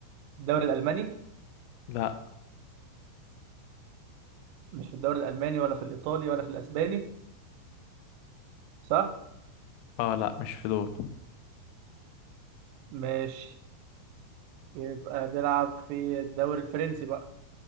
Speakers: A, on the right; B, on the left.
A: الدوري الالماني
B: لا
A: مش في الدوري الالماني ولا في الايطالي ولا في الاسباني صح
B: اه لا مش في دول
A: مش يبقى بيلعب في الدوري الفرنسي بقى